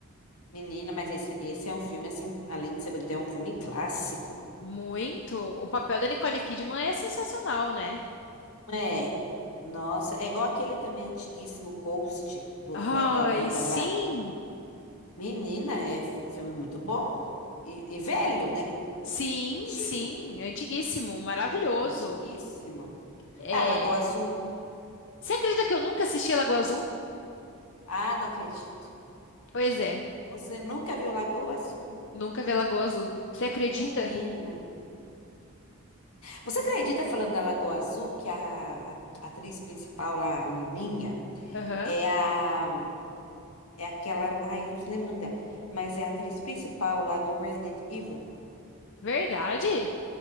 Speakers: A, on the left (about 80°); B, on the left (about 55°).
A: Menina, mas esse, esse é um filme, assim, além de ser bonito, é um filme clássico.
B: Muito. O papel da Nicole Kidman é sensacional, né?
A: É, nossa, é igual aquele também antiguíssimo Ghost do
B: Ai,
A: outro lado da vida
B: sim.
A: lá. Menina, é filme muito bom e, e velho, né?
B: Sim,
A: Antigo,
B: sim, antiguíssimo, maravilhoso.
A: antiguíssimo.
B: É...
A: Ah, Lagoa Azul.
B: Você acredita que eu nunca assisti a Lagoa Azul?
A: Ah, não acredito.
B: Pois é,
A: Você nunca viu Lagoa Azul?
B: nunca vi a Lagoa Azul. Você acredita?
A: Menina. Você acredita falando da Lagoa Azul que a, a atriz principal lá, a menininha,
B: Aham,
A: é a é aquela, ai, eu não lembro o nome dela, mas é a atriz principal lá do Resident Evil?
B: Verdade?